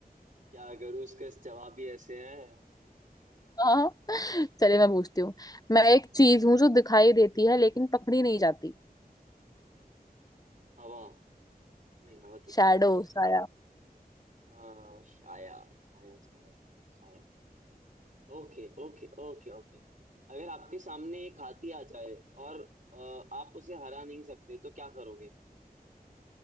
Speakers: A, on the right (about 55°); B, on the left (about 25°).
A: क्या करूँ उसका जवाब ही ऐसे है
B: हाँ चलिए मैं पूछती हूँ मैं एक चीज हूँ जो दिखाई देती है लेकिन पकड़ी नहीं जाती
A: हवा नहीं हवा दिखती
B: शैडो
A: कहाँ
B: साया
A: हाँ, छाया छाया छाया छाया छाया Okay okay okay okay अगर आपके सामने एक हाथी आ जाए और अ, आप उसे हरा नहीं सकते तो क्या करोगे